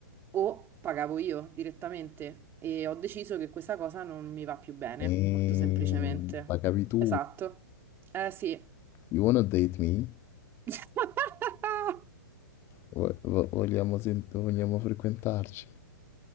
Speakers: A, on the right; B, on the left.
A: o pagavo io direttamente e ho deciso che questa cosa non mi va più bene,
B: Ehm,
A: molto semplicemente.
B: pagavi tu?
A: Esatto. Eh sì.
B: You wanna date me?
A: <laughs>
B: Vo- vo- Vogliamo, sent- vogliamo frequentarci?